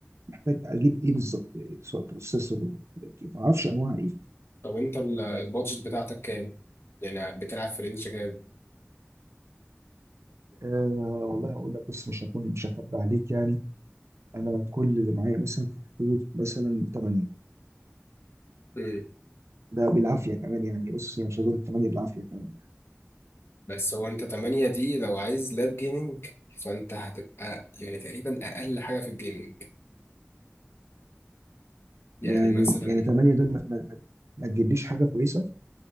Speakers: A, on the right (about 80°); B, on the left (about 60°).
A: محتاج اجيب ايه بالظبط إيه سواء بروسيسور والحاجات دي ما اعرفش انواع ايه
B: طب انت ال- البادجت بتاعتك كام يعني بتلعب في رينج كام
A: أه والله اقول لك بس مش هكون مش هخبي عليك يعني انا كل اللي معايا مثلا في حدود مثلا 8
B: امم
A: ده بالعافيه كمان يعني بص يعني مش عايز اقول لك 8 بالعافيه كمان
B: بس هو انت 8 دي لو عايز لاب جيمنج فانت هتبقى يعني تقريبا اقل حاجه في الجيمنج يعني
A: يعني
B: مثلا
A: يعني 8 دول ما, ما, ما ما تجيبليش حاجه كويسه